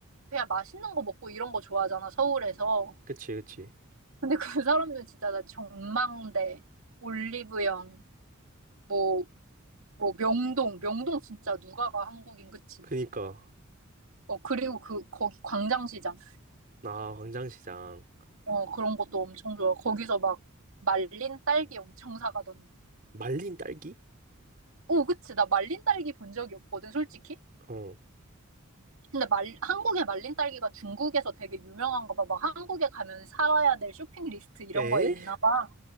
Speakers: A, on the right (about 70°); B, on the right (about 40°).
A: 그냥 맛있는 거 먹고 이런 거 좋아하잖아, 서울에서.
B: 그치, 그치.
A: 근데 그 사람들은 진짜 나 전망대. 올리브영, 뭐, 뭐 명동, 명동 진짜 누가 가 한국인 그치?
B: 그니까
A: 어 그리고 그 거기 광장시장
B: 아 광장시장
A: 어 그런 것도 엄청 좋아. 거기서 막 말린 딸기 엄청 사가던데.
B: 말린 딸기?
A: 오 그치 나 말린 딸기 본 적이 없거든 솔직히.
B: 어.
A: 근데 말 한국의 말린 딸기가 중국에서 되게 유명한가 봐. 막 한국에 가면 살아야 될 쇼핑 리스트 이런
B: 에?
A: 거에 있나 봐.